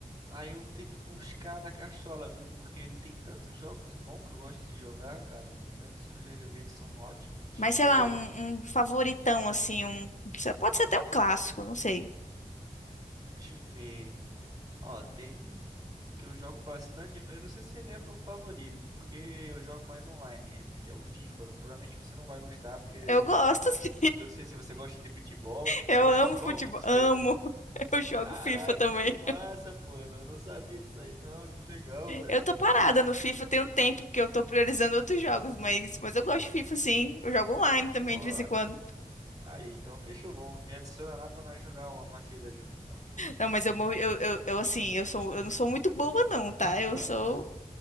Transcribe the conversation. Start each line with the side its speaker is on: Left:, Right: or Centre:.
Right: Aí eu vou ter que buscar na cachola, viu? Porque tem tantos jogos bons que eu gosto de jogar, cara. Tem tantos que eu já joguei que são ótimos. Deixa
Left: Mas
Right: eu ver.
Left: sei lá, um, um favoritão assim, um pode ser até um clássico, não sei.
Right: Deixa eu ver. Ó, tem o que eu jogo bastante. Eu não eu não sei se ele é meu favorito, porque eu jogo mais online, né? Que é o FIFA. Provavelmente você não vai gostar, porque
Left: Eu gosto, <laughs> sim.
Right: eu não sei se você gosta de futebol. Você
Left: Eu
Right: gosta
Left: amo
Right: de futebol?
Left: futebol,
Right: Mentira.
Left: amo. Eu jogo
Right: Caraca,
Left: FIFA também.
Right: que massa, pô. Eu não não sabia disso aí, não. Que legal, velho.
Left: Eu tô parada no FIFA tem um tempo porque eu tô priorizando outros jogos, mas mas eu gosto de FIFA sim. Eu jogo online também
Right: Pô.
Left: de vez em quando.
Right: Aí, então fechou. Vamos me adiciona lá pra nós jogar uma partida junto, então.
Left: Não, mas eu, morri- eu, eu, eu, assim, eu sou, eu não sou muito boa, não, tá?
Right: <laughs>
Left: Eu sou.